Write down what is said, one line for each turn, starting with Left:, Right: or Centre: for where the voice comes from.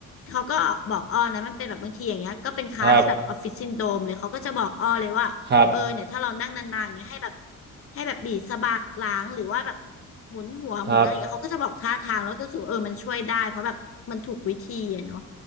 Left: เขาก็บอกอ้อนะมันเป็นแบบบางทีอย่างเงี้ยก็เป็นคลาสแบบออฟฟิศซินโดรมเลยเขาก็จะบอกอ้อเลยว่าเออเนี่ยถ้าเรานั่งนานๆอย่างเงี้ยให้แบบ
Right: ครับครับ
Left: ให้แบบบีบสะบักหลังหรือว่าแบบหมุนหัวหมุนอะไรอย่างเงี้ยเขาก็จะบอกท่าทางแล้วก็รู้สูเออมันช่วยได้เพราะแบบมันถูกวิธีอะเนาะ
Right: ครับ